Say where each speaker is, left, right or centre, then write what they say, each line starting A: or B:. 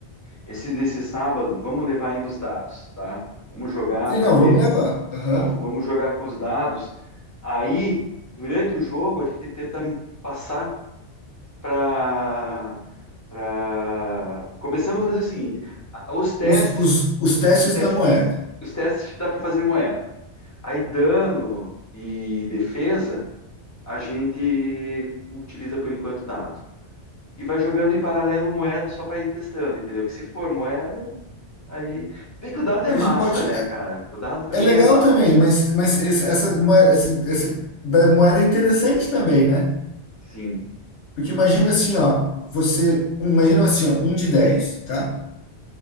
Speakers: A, on the left; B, on the left.
A: Esse nesse sábado, vamos levar ainda os dados, tá? Vamos jogar
B: Sim,
A: porque
B: não, vamos levar. Aham.
A: vamos, vamos jogar com os dados. Aí, durante o jogo, a gente tenta passar para. Pra... Começamos a fazer o seguinte: os testes,
B: Os, os, os testes
A: os testes,
B: da moeda.
A: os testes dá para fazer moeda. Aí, dano e defesa, a gente utiliza por enquanto dado. E vai jogando em paralelo moeda só para ir testando, entendeu? Que se for moeda, aí. Se bem que o dado
B: A
A: é massa,
B: gente pode.
A: né, cara? O dado também
B: É legal
A: é massa,
B: também, mas, mas esse- essa, moeda, essa da moeda é interessante também, né?
A: sim.
B: Porque imagina assim, ó, você, imagina assim, ó, um de 10, tá?